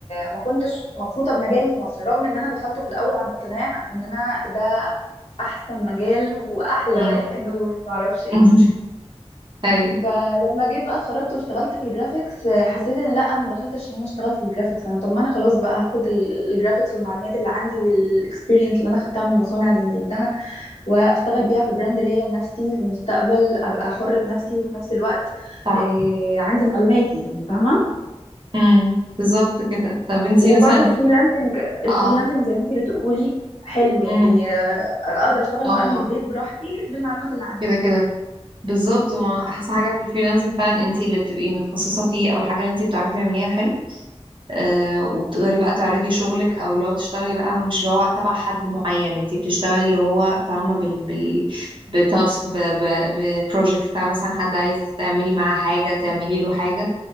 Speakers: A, on the left; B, on the right.
A: ما كنتش مبسوطة بمجالي في مصر رغم ان انا دخلته في الاول عن اقتناع ان انا ده احسن مجال واحلى
B: مم.
A: واحد ومعرفش ايه
B: <laughs> ايوه
A: فلما جيت بقى اتخرجت واشتغلت في الجرافيكس حسيت ان لا انا ما دخلتش عشان انا اشتغل في الجرافيكس انا طب ما انا خلاص بقى هاخد ال- الجرافيكس والمعلومات اللي عندي والاكسبيرينس اللي انا خدتها من المصانع اللي نزلتها واشتغل بيها في براند ليا لنفسي في المستقبل ابقى حرة نفسي وفي نفس الوقت
B: صح
A: آه، عندي معلوماتي يعني فاهمة
B: امم بالظبط كده طب انتي
A: وبرضو
B: مثلا
A: الفريلانسنج الفريلانسنج
B: اه
A: زي ما انتي بتقولي حلو يعني
B: امم
A: آه، اقدر اشتغل
B: اه
A: بقى من البيت براحتي بالمعلومات اللي عندي
B: كده كده بالظبط
A: امم
B: ما احسن حاجه في الفريلانسنج فعلا انتي اللي بتبقي متخصصه فيه او الحاجه اللي انتي بتعرفي تعمليها حلو آه وبتقدري بقى تعرضي شغلك او اللي هو تشتغلي بقى مش اللي هو تبع حد معين انتي بتشتغلي اللي هو فاهمه بال بال بتاسك ب ب ببروجكت بتاع مثلا حد عايز تعملي معاه حاجه تعملي له حاجه